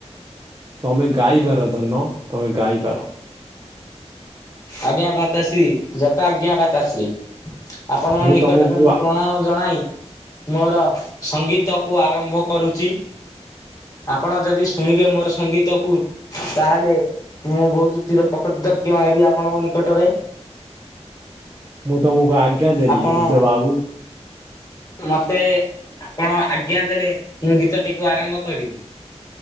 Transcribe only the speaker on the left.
ଆଜ୍ଞା ଭାତାଶ୍ରୀ ଯଥା ଆଜ୍ଞା ଭାତାଶ୍ରୀ। ଆପଣଙ୍କ
ନିକଟରେ
ମୁଁ
ପ୍ରଣାମ ଜଣାଇ ମୋର ସଙ୍ଗୀତ କୁ ଆରମ୍ଭ କରୁଚି। ଆପଣ ଯଦି ଶୁଣିବେ ମୋର ସଙ୍ଗୀତ କୁ, ତାହେଲେ ମୁଁ ବହୁତ ଚିରପକୃତ ହେବି ଆପଣଙ୍କ ନିକଟରେ।
ଆପଣ
ମତେ ଆପଣ ଆଜ୍ଞା ଦେଲେ ମୁଁ ଗୀତଟିକୁ ଆରମ୍ଭ କରି